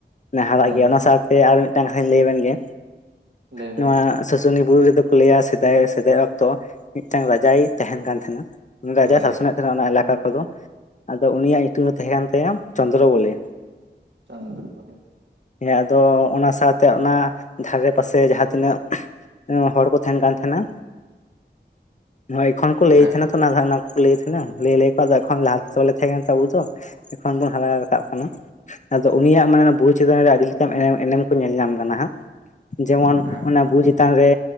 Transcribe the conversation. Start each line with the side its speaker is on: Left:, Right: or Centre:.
Left: ᱱᱮ ᱦᱟᱨᱟᱜ
Right: ᱦᱳᱭ
Left: ᱜᱮᱭᱟ ᱚᱱᱟ ᱥᱟᱶᱛᱮ ᱟᱨ ᱢᱤᱫᱴᱟᱱ ᱠᱟᱛᱷᱟᱧ ᱞᱟᱹᱭ ᱟᱵᱮᱱ ᱜᱮ᱾
Right: ᱞᱟᱹᱭ ᱵᱮᱱ
Left: <unintelligible> ᱥᱩᱱᱤ ᱵᱩᱨᱩ ᱨᱮᱫᱚ ᱠᱚ ᱞᱟᱹᱭᱟ ᱥᱮᱫᱟᱭ ᱥᱮᱫᱟᱭ ᱚᱠᱛᱚ ᱢᱤᱫᱴᱟᱝ ᱨᱟᱡᱟᱭ ᱛᱟᱦᱮᱱ ᱠᱟᱱ ᱛᱟᱦᱮᱱᱟ᱾ ᱩᱱᱤ ᱨᱟᱡᱟᱭ
Right: ᱦᱳᱭ
Left: ᱥᱟᱥᱚᱱᱮᱫ ᱛᱟᱦᱮᱱᱟ ᱚᱱᱟ ᱮᱞᱟᱠᱟ ᱠᱚᱫᱚ, ᱟᱫᱚ ᱩᱱᱤᱭᱟᱜ ᱧᱩᱛᱩᱢ ᱫᱚ ᱛᱟᱦᱮᱸ ᱠᱟᱱ ᱛᱟᱭᱟ ᱪᱚᱱᱫᱨᱚ ᱵᱚᱞᱮ᱾
Right: ᱪᱚᱱᱫᱨᱚ ᱵᱚᱞᱮ᱾
Left: ᱦᱮᱸ ᱟᱫᱚ ᱚᱱᱟ ᱥᱟᱶᱛᱮ ᱚᱱᱟ ᱫᱷᱟᱨᱮ ᱯᱟᱥᱮ ᱡᱟᱦᱟᱸ ᱛᱤᱱᱟᱹᱜ᱾ ᱦᱚᱲ ᱠᱚ ᱛᱟᱦᱮᱱ ᱠᱟᱱ ᱛᱟᱦᱮᱱᱟ, <unintelligible> ᱮᱠᱷᱚᱱ ᱠᱚ ᱞᱟᱹᱭ
Right: ᱦᱮᱸ
Left: ᱛᱟᱦᱮᱱᱟ᱾ ᱚᱱᱟ ᱫᱷᱟᱨᱚᱱᱟ ᱠᱚ ᱞᱟᱹᱭ ᱛᱟᱸᱦᱮᱱᱟ, ᱞᱟᱹᱭ ᱞᱟᱹᱭ ᱠᱚ ᱟᱫᱚ ᱮᱠᱷᱚᱱ ᱞᱟᱦᱟᱛᱮ ᱵᱟᱞᱮ ᱛᱟᱦᱮᱸ ᱠᱟᱱᱟ ᱛᱚ ᱟᱵᱚᱫᱚ᱾ ᱮᱠᱷᱚᱱ ᱵᱚᱱ ᱦᱟᱨᱟ ᱨᱟᱠᱟᱵ ᱠᱟᱱᱟ ᱟᱫᱚ ᱩᱱᱤᱭᱟᱜ ᱢᱟᱱᱮ ᱵᱩᱡᱽ᱾ ᱪᱮᱛᱟᱱ ᱨᱮ ᱟᱹᱰᱤ ᱞᱮᱠᱟᱱ ᱮᱱᱮᱢ ᱮᱱᱮᱢ ᱠᱚ ᱧᱮᱞ ᱧᱟᱢ ᱠᱟᱱᱟ ᱦᱟᱸᱜ᱾ ᱡᱮᱢᱚᱱ
Right: ᱦᱮᱸ
Left: ᱚᱱᱟ ᱵᱩᱡᱽ ᱪᱮᱛᱟᱱ ᱨᱮ